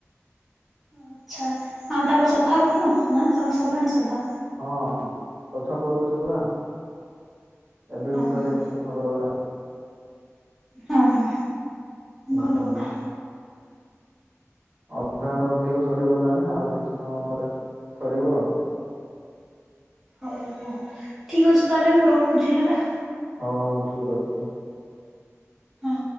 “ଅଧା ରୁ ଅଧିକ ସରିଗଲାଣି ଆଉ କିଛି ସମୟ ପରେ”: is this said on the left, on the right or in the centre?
Right